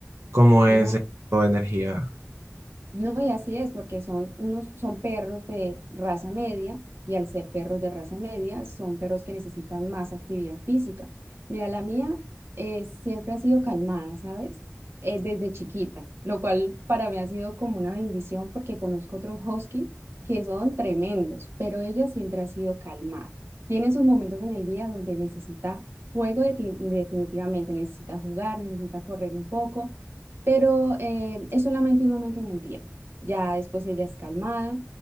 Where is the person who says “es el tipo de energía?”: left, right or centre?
Right